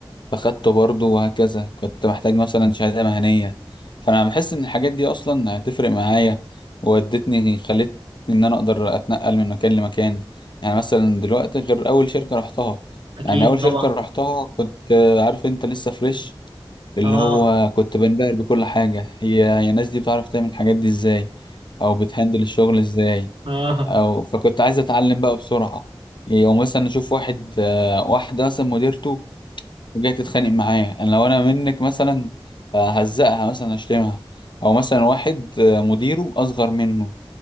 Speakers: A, on the left; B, on the right.
A: فاخدته برضه وهكذا كنت محتاج مثلا شهادة مهنية فانا بحس ان الحاجات دي اصلا هتفرق معايا وودتني خلتني ان انا اقدر اتنقل من مكان لمكان يعني مثلا دلوقتي غير اول شركة رحتها
B: اكيد
A: يعني اول شركة
B: طبعا
A: رحتها كنت آه، عارف انت لسه فريش اللي
B: اه
A: هو كنت بنبهر بكل حاجة هي هي الناس دي بتعرف تعمل الحاجات دي ازاي او بتهندل الشغل ازاي
B: اه
A: او فكنت عايز اتعلم بقى بسرعة يعني او مثلا اشوف واحد آه، واحدة مثلا مديرته وجاية تتخانق معايا انا لو انا منك مثلا آه، هزقها مثلا اشتمها او مثلا واحد آه، مديره اصغر منه